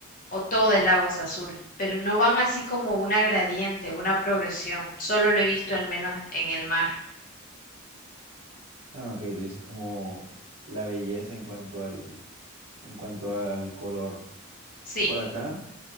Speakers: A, on the left; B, on the right.
A: o toda el agua es azul, pero no van así como una gradiente, una progresión. Solo lo he visto al menos en el mar.
B: Ah, ok, tú dices como la belleza en cuanto al, en cuanto al color.
A: Sí,
B: Por acá